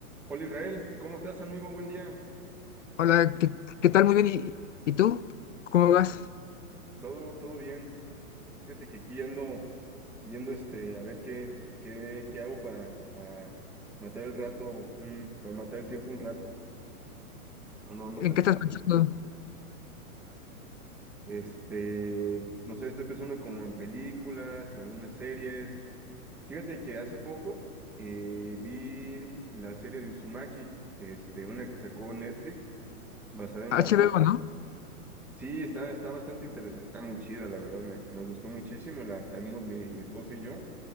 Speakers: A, in the centre; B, on the left.
A: Hola Israel, ¿cómo estás amigo? Buen día.
B: Hola, ¿qué, qué tal? Muy bien. ¿Y, y tú? ¿Cómo vas?
A: Todo, todo bien. Fíjate que aquí ando viendo este, a ver qué, qué, qué hago para ah, matar el rato, mm, para matar el tiempo un rato. Ando, ando
B: ¿En
A: pensando.
B: qué estás pensando?
A: Este, no sé, estoy pensando como en películas, en algunas series. Fíjate que hace poco eh, vi la serie de Uzumaki, este, una que sacó Netflix, basada en
B: HBO,
A: la,
B: ¿no?
A: Sí, está, está bastante interesante, está muy chida, la verdad, me, me gustó muchísimo, la, la vimos mi, mi esposa y yo,